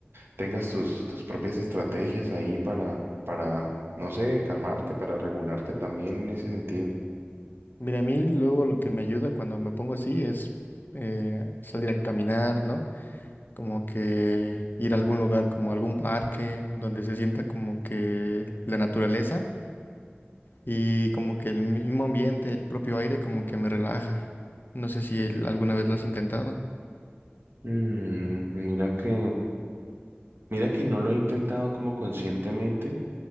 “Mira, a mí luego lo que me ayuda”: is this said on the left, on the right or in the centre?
Left